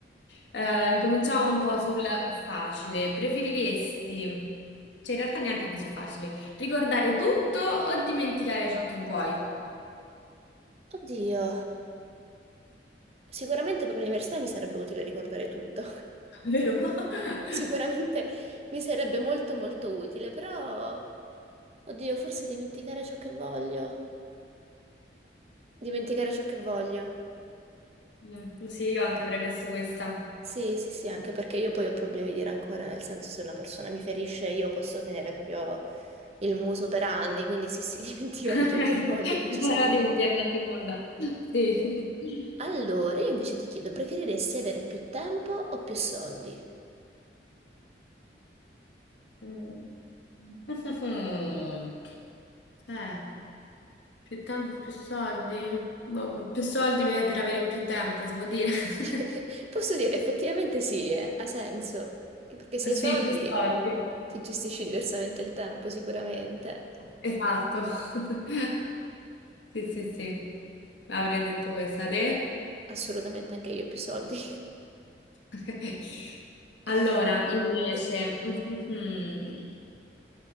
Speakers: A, on the left; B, on the right.
A: Eh, incominciamo un po' sul facile. Preferiresti, cioè in realtà neanche così facile, ricordare tutto o dimenticare ciò che vuoi?
B: Oddio, sicuramente per l'università mi sarebbe utile ricordare tutto.
A: <laughs> Vero? <laughs>
B: Sicuramente mi sarebbe molto molto utile, però, oddio, forse dimenticare ciò che voglio. Dimenticare ciò che voglio.
A: Mm, sì, io anche avrei messo questa.
B: Sì, sì, sì, anche perché io poi ho problemi di rancore, nel senso se una persona mi ferisce io posso tenere proprio il muso per anni, quindi sì, sì, <laughs> dimenticare
A: <laughs>
B: ciò che voglio, decisamente.
A: Allora devo pigliare una seconda. Sì. <laughs>
B: Allora, io invece ti chiedo, preferiresti avere più tempo o più soldi?
A: Mm. Mhm. Eh, più tempo, più soldi. Boh, più soldi per, per avere più tempo, si può dire. <laughs>
B: <laughs> Posso dire, effettivamente sì, eh, Ha senso. Che Perché se hai
A: Sì,
B: soldi
A: più soldi.
B: ti gestisci diversamente il tempo, sicuramente.
A: Esatto. <laughs> Sì, sì, sì. Avrei detto questa te.
B: Assolutamente, anche io ho più soldi.
A: <laughs>
B: <laughs>
A: Allora, invece, <laughs>